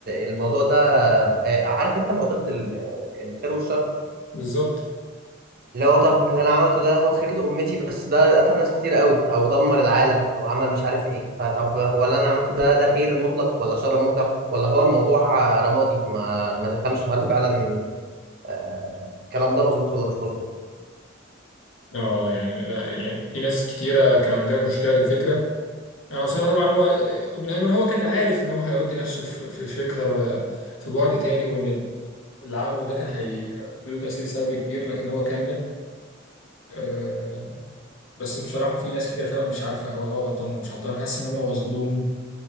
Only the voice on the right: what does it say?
الموضوع ده آه، عارف انت معضله ال- الخير والشر
اللي هو طب اللي انا عملته ده هو خير لامتي بس ده قتل ناس كتير قوي او دمر العالم او عمل مش عارف ايه فطب هو اللي انا عملته ده ده خير مطلق ولا شر مطلق ولا هو الموضوع آه، رمادي ما ما تفهمش هل فعلا آه، الكلام ده مظبوط ولا مش مظبوط